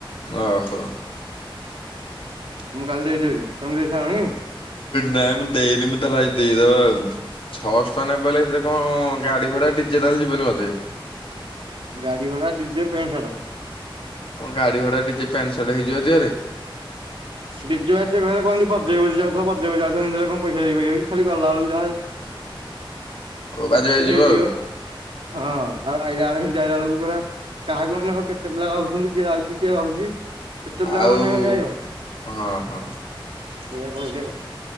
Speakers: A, on the left; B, on the right.
A: ଓହୋ।
B: ମୁଁ କାଲି ଦେଇଦେଲି ତମେ ଦେଇସାଇଲଣି?
A: ନାଇଁ ମୁଁ ଦେଇନି ମଁ ତାହେଲେ ଆଜି ଦେଇଦବା ଆଉ। ଛଅଶହ ଟଆଁ ନା ପଡ଼ିଲେ ସେଥିରେ କଣ ଗାଡି ଭଡା ଡିଜେ ତାହଲେ ଯିବନି ବୋଧେ
B: ଗାଡି ଭଡା ଡିଜେ ପ୍ୟାଣ୍ଟ ସାର୍ଟ।
A: କଣ ଗାଡ଼ି ଭଡ଼ା ଟିକେ ପ୍ୟାଣ୍ଟ ସାର୍ଟ ହେଇଯିବ ଏତିକ ରେ।
B: ଡିଜେ ଆସି କହେ କହନ୍ତି ବଜେଇ ବଜେଇ ଯାଉଥିବ ବଜେଇ ଆଉଥିବ ଯାଉଲେ କଣ ପଇସା ଦେଇ ଖଲି ଗଲା ବେଳକୁ
A: ଓ ବାଜି ବାଜି ଯିବ
B: ଯାହା।
A: ଆଉ।
B: <unintelligible> ହଁ ଆଉ ଆଇଲା ବେଳେ ସେମିତି ଆଇଲା ବେଳକୁ ପୁରା କାହାକୁ ମାନେ ଆଉ କେତେ ପିଲା ରହୁଛନ୍ତି କିଏ ଯାଉଛି କିଏ ରହୁଛି? କେତେ ପିଲାଙ୍କୁ
A: ଆଉ
B: ଅନେଇ ଅନେଇ ଆଇବ
A: ହଁ ହଁ।
B: ସେଇଆ କହିଲି ଆଉ।